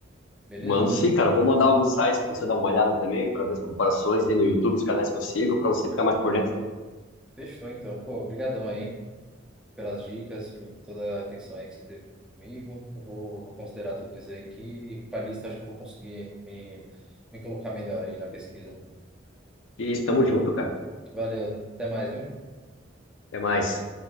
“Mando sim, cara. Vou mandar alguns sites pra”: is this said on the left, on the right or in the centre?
Left